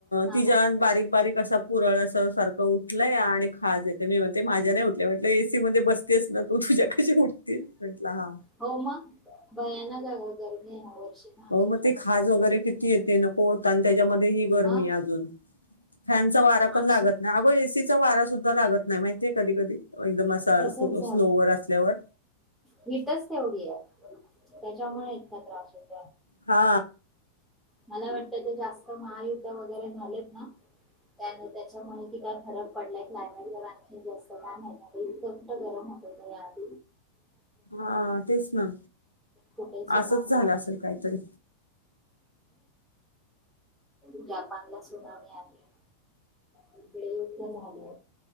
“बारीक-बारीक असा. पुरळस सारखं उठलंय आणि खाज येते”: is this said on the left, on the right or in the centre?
Left